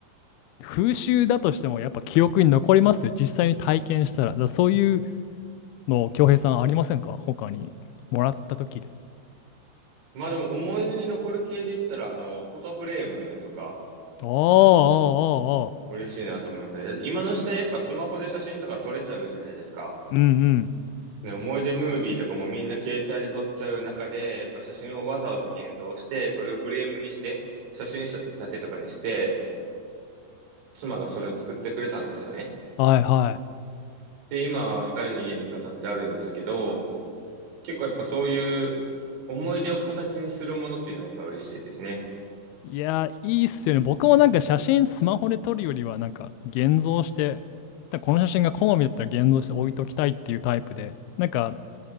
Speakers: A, on the left; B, on the right.
A: 風習だとしてもやっぱ記憶に残りますよ。実際に体験したら。だからそういうの、恭平さんありませんか他に。もらった時で。
B: まあでも思い出に残る系で言ったら、あの、フォトフレームとか
A: ああ、ああ、ああ。
B: 嬉しいなと思いますね。だって今の時代やっぱスマホで写真とか撮れちゃうじゃないですか。
A: うんうん。
B: ね、思い出ムービーとかもみんな携帯で撮っちゃう中で、やっぱ写真をわざわざ現像して、それをフレームにして、写真立てとかにして、妻がそれを作ってくれたんですよね。
A: はいはい。
B: で、今、二人の家に飾ってあるんですけど、結構やっぱそういう思い出を形にするものっていうのはやっぱ嬉しいですね。
A: いやー、いいっすよね。僕もなんか写真スマホで撮るよりは、なんか現像して、だからこの写真が好みだったら現像して置いときたいっていうタイプで、なんか